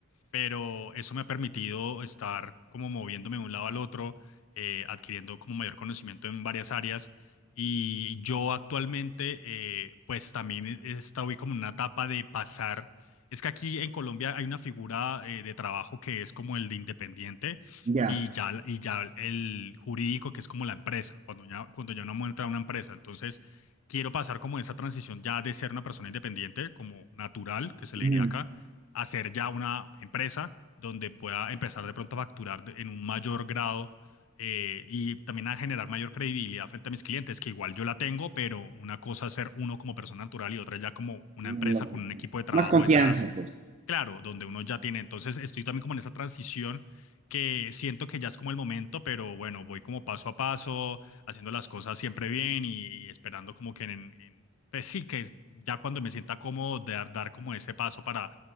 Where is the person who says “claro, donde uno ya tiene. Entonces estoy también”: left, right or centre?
Left